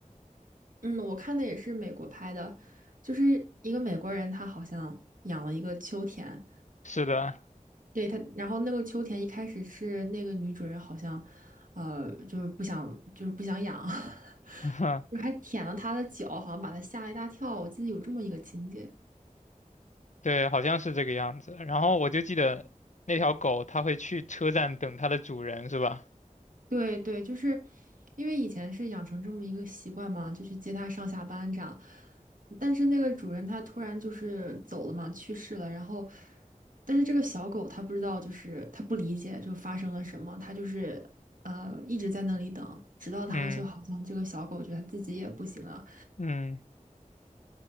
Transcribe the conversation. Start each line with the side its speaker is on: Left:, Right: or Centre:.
Right: 嗯，我看的也是美国拍的，就是一个美国人他好像养了一个秋田，
Left: 是的，
Right: 对他，然后那个秋田一开始是那个女主人好像，呃，就是不想，就是不想养，<laughs>
Left: <laughs>
Right: 还舔了他的脚，好像把他吓了一大跳。我记得有这么一个情节。
Left: 对，好像是这个样子。然后我就记得那条狗，它会去车站等它的主人，是吧？
Right: 对对，就是因为以前是养成这么一个习惯嘛，就去接他上下班这样。但是那个主人他突然就是走了嘛，去世了。然后，但是这个小狗它不知道，就是它不理解就发生了什么，它就是呃一直在那里等，直到它就好像这个小狗觉得它自己也不行了。
Left: 嗯嗯，